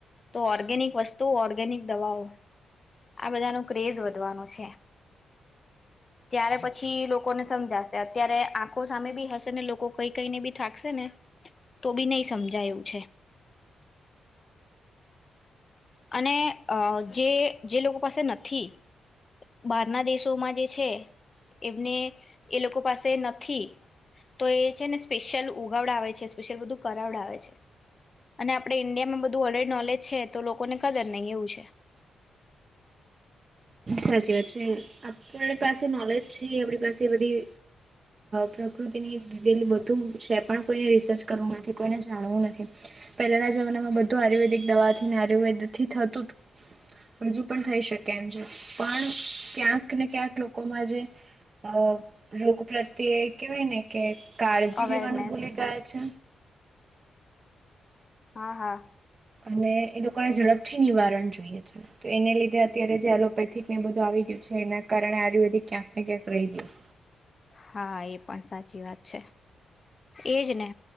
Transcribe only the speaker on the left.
તો ઓર્ગેનિક વસ્તુઓ ઓર્ગેનિક દવાઓ આ બધાનો ક્રેઝ વધવાનો છે. ત્યારે પછી લોકોને સમજાશે અત્યારે આંખો સામે બી હશે ને લોકો કઈ કઈને બી થાકશે ને તો બી નહી સમજાયું છે. અને અ જે જે લોકો પાસે નથી બહારના દેશોમાં જે છે એમને એ લોકો પાસે નથી તો એ છે ને સ્પેશિયલ ઉગાવડાવે છે સ્પેશિયલ બધું કરાવડાવે છે અને આપણે ઇન્ડિયામાં બધું ઓલરેડી નોલેજ છે તો લોકોને કદર નહી એવું છે.
અવેરનેસ
હા હા.
હા એ પણ સાચી વાત છે. એજ ને